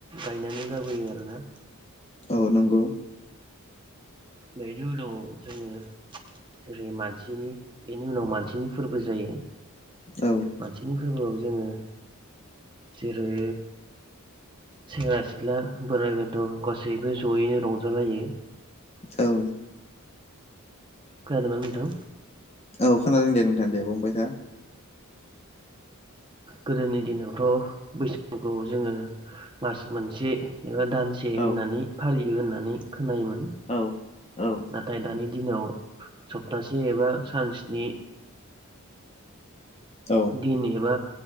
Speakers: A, on the right; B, on the left.
A: गायनानै गारबोयो आरोना
B: औ औ नंगौ
A: बेनि उनाव जोङो जेरै मानसिनि बेनि उनाव मानसिनि फोरबो जायो
B: औ
A: मानसिनि फोरबोआव जोङो जेरै सेंग्रा सिख्ला बोराइ बेनथ' गासैबो ज'यैनो रंजालायो
B: औ
A: खानादों ना नोंथां
B: औ खोनादों दे नोंथां दे बुंबाय था
A: गोदोनि दिनावथ' बैसागुखौ जोङो मास मोनसे एबा दानसे होननानै
B: औ
A: फालियो होननानै खोनायोमोन
B: औ औ
A: नाथाय दानि दिनाव सप्तासे एबा सान सनि
B: औ
A: दिन एबा